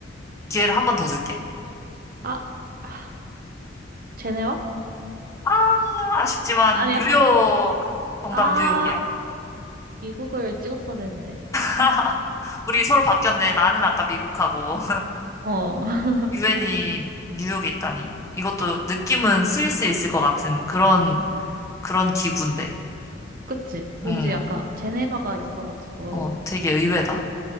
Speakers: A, on the left (about 15°); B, on the right (about 50°).
A: 기회를 한 번 더 줄게.
B: 아, 아, 제네와?
A: 아, 아쉽지만
B: 아니야?
A: 뉴욕. 정답
B: 아,
A: 뉴욕이야.
B: 미국을 찍었어야 되는데.
A: <laughs> 우리 서로 바뀌었네. 나는 아까 미국하고.
B: 어, <laughs>
A: 유엔이 뉴욕에 있다니. 이것도 느낌은 스위스에 있을 것 같은 그런, 그런 기구인데.
B: 그치. 왠지
A: 음,
B: 약간 제네바가 있어가지고.
A: 어, 되게 의외다.